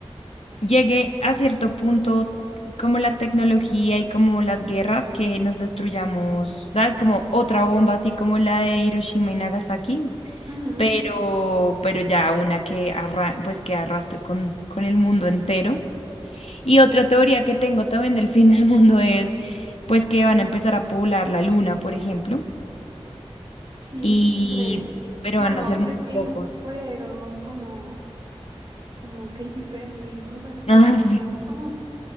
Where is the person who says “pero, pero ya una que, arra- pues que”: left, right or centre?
Left